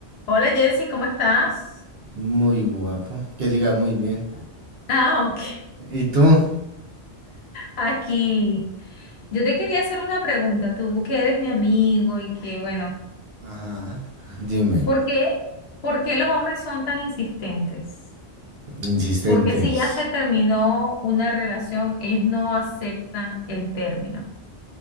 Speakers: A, on the left; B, on the right.
A: Hola Jersey, ¿cómo estás?
B: Muy guapo. Que diga muy bien.
A: Ah, ok.
B: ¿Y tú?
A: Aquí. Yo te quería hacer una pregunta, tú que eres mi amigo y que, bueno,
B: Ajá. Dime,
A: ¿por qué, por qué los hombres son tan insistentes?
B: insistentes.
A: Porque si ya se terminó una relación, ellos no aceptan el término.